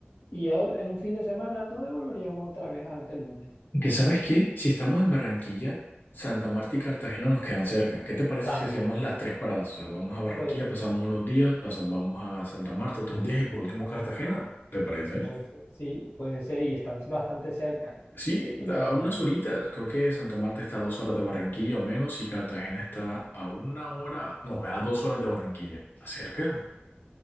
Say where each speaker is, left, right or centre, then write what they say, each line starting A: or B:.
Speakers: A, on the left; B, on the left.
A: y ya en un fin de semana nos devolveríamos otra vez hasta el lunes.
B: Y Que sabes qué, si estamos en Barranquilla, Santa Marta y Cartagena nos quedan cerca. ¿Qué te parece
A: También
B: si hacemos las tres paradas? O sea, vamos a Barranquilla,
A: pueden
B: pasamos
A: ser,
B: unos días, pasamos, vamos a Santa Marta otros días y por último Cartagena. ¿Te parece?
A: puede ser, sí, puede ser y están bastante cerca.
B: Sí, a
A: Sí.
B: unas horitas. Creo que Santa Marta está a dos horas de Barranquilla o menos y Cartagena está a una hora, no, a dos horas de Barranquilla. ¿Está cerca?